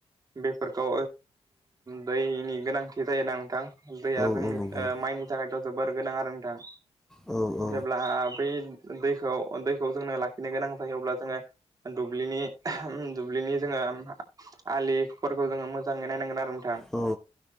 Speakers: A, on the right; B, in the centre.
A: बेफोरखौ दैनि गोनांथि जायोना नोंथां दैया
B: औ
A: जोंनि
B: औ नंगौ
A: ओ माइनि थाखायथ' जोबोर गोनां आरो नोंथां
B: औ औ
A: जेब्ला बै दैखौ दैखौ जोंनो लाखिनो गोनां जायो अब्ला जोङो दुब्लिनि दुब्लिनि जोङो आलिफोरखौ जोङो मोजाङै नायनांगोन आरो।
B: औ